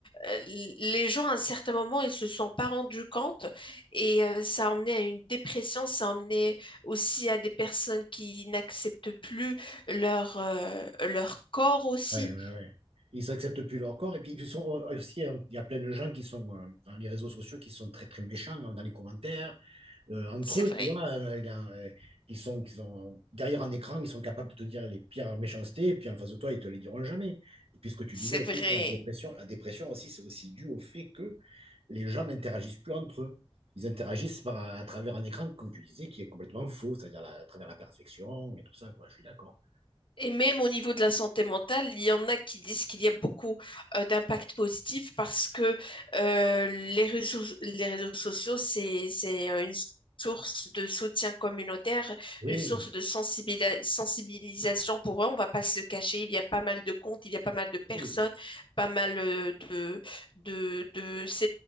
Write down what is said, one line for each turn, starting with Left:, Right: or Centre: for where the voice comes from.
Left: euh, les gens, à un certain moment, ils se sont pas rendus compte. Et euh, ça a emmené à une dépression. Ça a emmené aussi à des personnes qui n'acceptent plus leur, euh, leur corps aussi.
Right: ouais, ouais, ouais. Ils acceptent plus leur corps et puis ils sont euh, aussi, hein, il y a plein de gens qui sont euh, dans les réseaux sociaux qui sont très très méchants hein, dans les commentaires. euh, entre
Left: C'est
Right: eux,
Left: vrai.
Right: tu vois, euh, il a un, euh, ils sont, ils sont derrière un écran, ils sont capables de te dire les pires méchancetés, et puis en face de toi, ils te les diront jamais. Et puis ce que tu
Left: C'est
Right: disais aussi,
Left: vrai.
Right: c'est la dépression. La dépression aussi, c'est aussi dû au fait que les gens n'interagissent plus entre eux. Ils interagissent par, à travers un écran, comme tu disais, qui est complètement faux, c'est-à-dire la- à travers la perfection et tout ça, quoi. Je suis d'accord.
Left: Et même au niveau de la santé mentale, il y en a qui disent qu'il y a beaucoup euh, d'impact positif parce que euh, les réseaux, les réseaux sociaux, c'est, c'est euh, une source de soutien communautaire,
Right: Oui,
Left: une source de sensibilis- sensibilisation pour eux. On va pas se le cacher, il y a pas mal de comptes, il y a pas mal de personnes,
Right: oui,
Left: pas mal euh, de, de, de